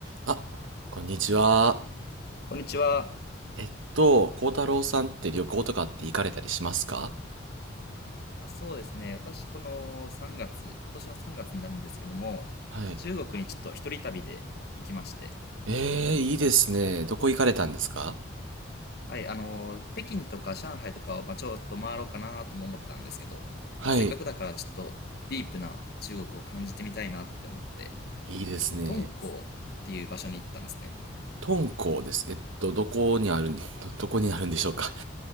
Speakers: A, on the right; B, on the left.
A: あ、こんにちは。
B: こんにちは。
A: えっと、幸太郎さんって旅行とかって行かれたりしますか
B: あ、そうですね。私、この3月、今年の3月になるんですけども、
A: はい。
B: 中国にちょっと一人旅で行きまして、
A: えー、いいですね。どこ行かれたんですか
B: はい、あの、北京とか上海とかを、まあ、ちょっと回ろうかなとも思ったんですけど、
A: はい。
B: まあ、せっかくだからちょっとディープな中国を感じてみたいなって思って、
A: いいですね。
B: え、敦煌っていう場所に行ったんですね。
A: 敦煌です。えっと、どこにあるん、<laughs> ど、どこにあるんでしょうか